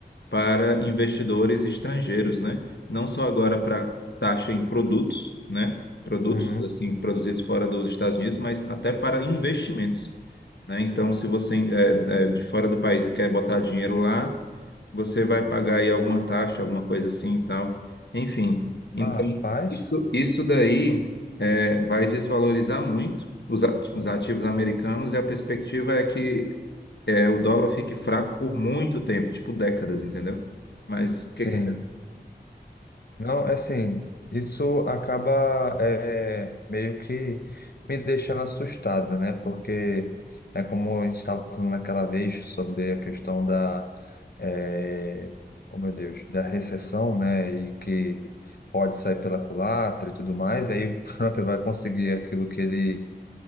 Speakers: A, on the left; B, on the left.
A: para investidores estrangeiros, né? Não só agora para taxa em produtos, né? Produtos
B: uhum.
A: assim produzidos fora dos Estados Unidos, mas até para investimentos, né? Então, se você é, é de fora do país e quer botar dinheiro lá, você vai pagar aí alguma taxa, alguma coisa assim e tal. Enfim, então
B: Rapaz,
A: isso, isso daí é, vai desvalorizar muito os ati- os ativos americanos e a perspectiva é que é, o dólar fique fraco por muito tempo, tipo décadas, entendeu? Mas o
B: sim.
A: que que... você...
B: Não, é assim, isso acaba é, meio que me deixando assustado, né? Porque é como a gente estava falando naquela vez sobre a questão da, é, oh meu Deus, da recessão, né? E que pode sair pela culatra e tudo mais, e aí o <laughs> Trump vai conseguir aquilo que ele